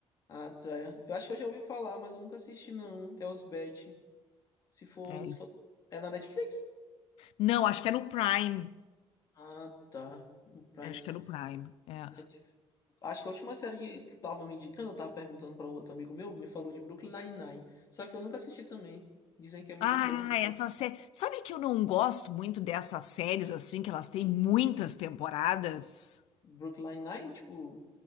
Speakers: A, on the left; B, on the left.
A: Ah, tá. Eu acho que eu já ouvi falar, mas eu nunca assisti, não. É Elsbeth. Se for,
B: É
A: se
B: isso.
A: for. É na Netflix?
B: Não, acho que é no Prime.
A: Ah, tá. No Prime.
B: É, Acho que é no Prime. É.
A: Netflix. Acho que a última série de- que tava me indicando, eu tava perguntando pra um outro amigo meu, me falou de Brooklyn Nine-Nine. Só que eu nunca assisti também. Dizem que é muito
B: Ah,
A: boa.
B: essa série. Sabe que eu não gosto muito dessas séries assim, que elas têm muitas temporadas?
A: Brooklyn Nine, tipo.